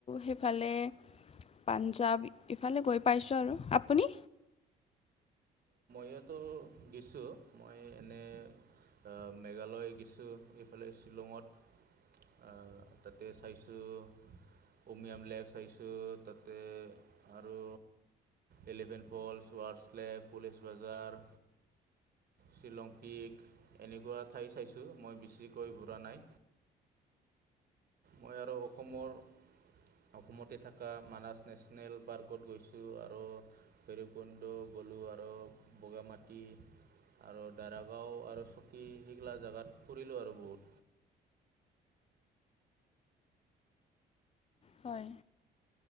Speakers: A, on the left (about 35°); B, on the right (about 55°).
A: সেইফালে পাঞ্জাৱ ইফালে গৈ পাইছোঁ আৰু আপুনি?
B: ইয়াতো গেছোঁ মই এনে। অহ', মেঘালয় গেছোঁ, এইফালে শ্বিলঙত। অহ', তাতে চাইছোঁ। উমিয়াম লেক চাইছোঁ তাতে আৰু Elephant Falls, Ward's Lake. Police Bazaar, Shillong Peak. এনেকুৱা ঠাই চাইছোঁ, মই বেছিকৈ ঘূৰা নাই। মই আৰু অসমৰ অসমতে থাকা মানাচ নেশ্যনেল পাৰ্কত গৈছোঁ আৰু ভৈৰৱকুণ্ড গ'লো আৰু বগা মাটি। আৰু দাৰাগাঁও আৰু চকী সেইগলা জেগাত ফুৰিলোঁ আৰু বহুত।
A: হয়।